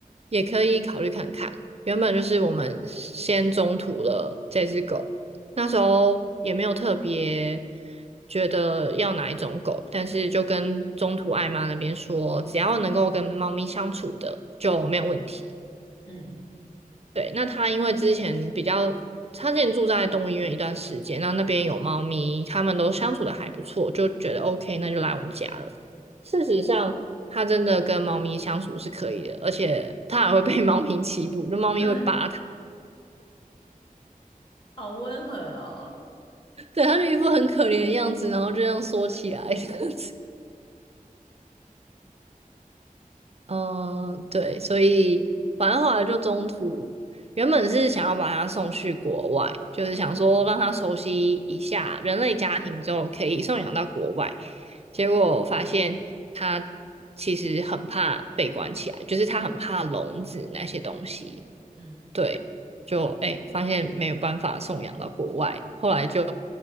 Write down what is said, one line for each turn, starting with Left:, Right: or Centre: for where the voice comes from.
Right: 也可以考虑看看。原本就是我们先中途了这只狗，那时候也没有特别觉得要哪一种狗，但是就跟中途爱妈那边说，只要能够跟猫咪相处的就没有问题。
Left: 嗯，
Right: 对，那他因为之前比较，他之前住在动物医院一段时间，那那边有猫咪，他们都相处的还不错，就觉得 OK，那就来我们家了。事实上，他真的跟猫咪相处是可以的，而且他还会被猫咪欺负，就猫咪会扒他，
Left: 那好温和哦。
Right: 对，他就一副很可怜的样子，然后就这样缩起来。<laughs> 样子。嗯，对，所以反正后来就中途，原本是想要把它送去国外，就是想说让他熟悉一下人类家庭之后可以送养到国外，结果我发现他其实很怕被关起来，就是他很怕笼子那些东西，
Left: 嗯嗯
Right: 对，就哎、发现没有办法送养到国外，后来就